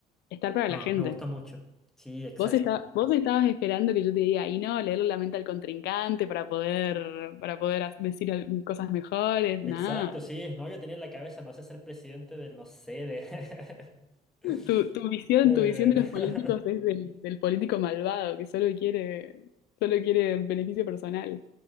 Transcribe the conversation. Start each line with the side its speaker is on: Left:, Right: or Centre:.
Left: Estar para
Centre: No,
Left: la gente.
Centre: me gustó mucho. Sí, exacto.
Left: Vos, está- vos estabas esperando que yo te diga, y no, leer la mente al contrincante para poder, para poder ha- decir al- cosas mejores, nada.
Centre: Exacto, sí. No, yo tenía en la cabeza, no sé, ser presidente del, no sé, de... <laughs>
Left: Tu, tu visión,
Centre: de-
Left: tu visión de los
Centre: <laughs>
Left: políticos es del, del político malvado que solo quiere, solo quiere beneficio personal.